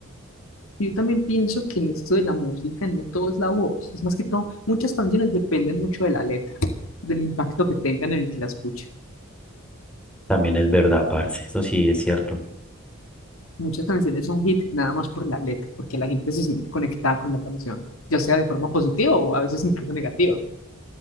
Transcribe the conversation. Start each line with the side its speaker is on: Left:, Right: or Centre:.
Left: Yo también pienso que en esto de la música no todo es la voz, es más que todo, muchas canciones dependen mucho de la letra, del impacto que tengan en el que la escuche.
Centre: También es verdad, parce, eso sí es cierto.
Left: Muchas canciones son hit nada más por la letra, porque la gente se siente conectada con la canción, ya sea de forma positiva o a veces incluso negativa.